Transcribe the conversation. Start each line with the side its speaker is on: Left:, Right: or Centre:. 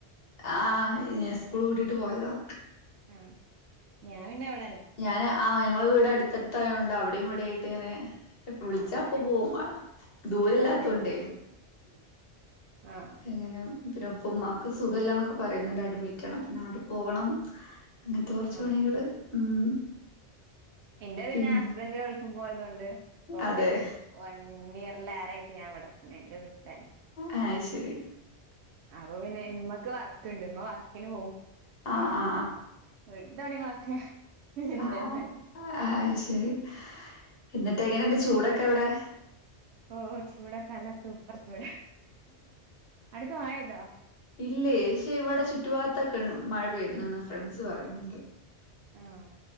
Left: ആഹ് ഞാൻ സ്കൂൾ വിട്ടിട്ട് പോയതാ
Right: ആഹ് ഞാൻ പിന്നെ വ്
Left: ഞാൻ ആഹ് ഞങ്ങള വീട് അടുത്തട് ത്തയോണ്ട് അവിടെം ഇവിടേം ത്തിങ്ങനെ എപ്പ വിളിച്ചാ
Right: ആഹ് അങ്ങനെ
Left: അപ്പ പോവുമാണം ദൂരല്ലാത്തോണ്ടേ
Right: അങ്ങനെ ആഹ്
Left: എങ്ങനെ മ് പിന്നെ ഇപ്പ ഇമ്മാക്ക് സുഖല്ലാന്നൊക്കെ പറയ്ന്ന്ണ്ട് അഡ്മിറ്റാണ് പിന്നെ ആട പോവണം അങ്ങത്തെ കൊറച്ച്
Right: ആഹ്
Left: പണികള് ഉം
Right: എന്റെ പിന്നെ
Left: പിൻ
Right: ഹസ്ബൻഡ് ഗൾ പോയത <unintelligible> ഒരു
Left: അതെ
Right: വൺ ഇയ ല്ലേരായിട്ട് ഞാനിവ <unintelligible> വീട്ട <unintelligible>
Left: അത്ശരി
Right: അ <unintelligible> വർക്കുണ്ട് ഉമ്മ വർക്കിന് പോകും <unintelligible>
Left: ആ ആ
Right: വീട്ടത്തെ പണികളൊക്കെ
Left: ഹാ
Right: ഇന്റെന്നെ
Left: ആ <unintelligible> ശരി എന്നിട്ട് എങ്ങനുണ്ട് ചൂടൊക്കെ അവിടെ
Right: ഓ ചൂടൊക്കെ അല്ല സൂപ്പർ ചൂട് അടുക്ക ആയതാ
Left: ഇല്ലേ ശ്ശെ ഇവിടെ ചുറ്റുഭാഗത്തെ മഴ പെയ്തിന്ന് ഫ്രണ്ട്സ് പറയുന്നുണ്ട്
Right: ആഹ്